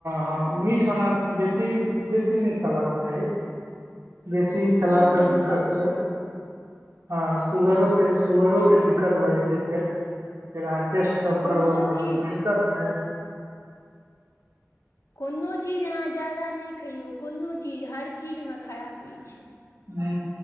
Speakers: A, on the right; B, on the left.
A: हँ मीठ ओना बेसी बेसी नहि खयबाक चाही बेसी खेलासँ
B: कम सम
A: दिक्कत
B: खाउ
A: छै
B: मीठ
A: हँ सुुगरोेपे सुगरोके दिक्कत भऽ जेतै फेर फेर अहां टेस्ट सब
B: कोनो
A: करबऽ पड़त
B: चीज
A: तऽ दिक्कत नै
B: कोनो चीज अहाँ ज्यादा नहि खैइयौ कोनो चीज हर चीजमे खराबी छै
A: ह्म